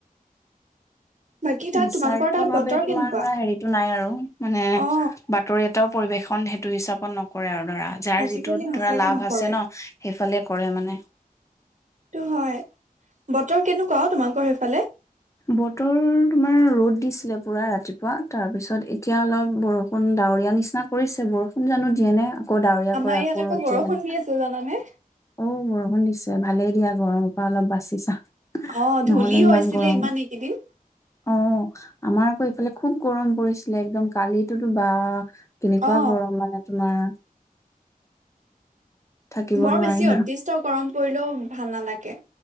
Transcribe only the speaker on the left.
নিস্বাৰ্থ
ভাৱে
তোমাৰ
ধৰা হেৰিটো নাই আৰু। মানে
বাতৰি এটা পৰিৱেশন সেইটো হিচাপত নকৰে আৰু ধৰা যাৰ
যিটো
ধৰা লাভ
আছে ন? সেইফালে কৰে মানে
বতৰ তোমাৰ ৰ'দ দিছে। পুৱা ৰাতিপুৱা, তাৰপিছত এতিয়া অলপ বৰষুণ ডাৱৰীয়া নিচিনা কৰিছে বৰষুণ জানো দিয়ে নে? আকৌ ডাৱৰীয়া
কৰে
ৰ'দ
দিয়ে তেনেকা
অ বৰষুণ দিছে। ভালেই দিয়া গৰমৰ পৰা অলপ বাছিছা।
নহলে ইমান
গৰম।
অ' আমাৰ এফালে খুব গৰম পৰিছিলে একদম - কেনেকুৱা
গৰম মানে তোমাৰ থাকিব
নোৱাৰি
আৰু